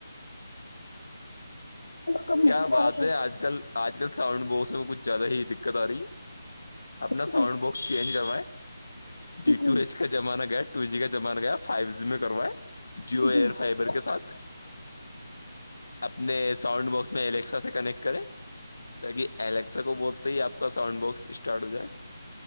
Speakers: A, on the left; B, on the left.
A: کم
B: کیا
A: میں گزارا
B: بات ہے آج کل آج کل ساؤنڈ باکس میں کچھ زیادہ ہی دقت آ رہی ہے
A: کریں
B: اپنا ساؤنڈ باکس چینج کروائے ڈی
A: بالکل
B: ٹو ایچ کا زمانہ گیا ٹو جی کا زمانہ گیا فائیو جی میں کروائیں جیو ایئر
A: جی جی
B: فائبر کے ساتھ اپنے ساؤنڈ باکس میں الیکسا سے کنیکٹ کریں تاکہ الیکسا کو بولتے ہی آپ کا ساؤنڈ باکس اسٹارٹ ہو جائے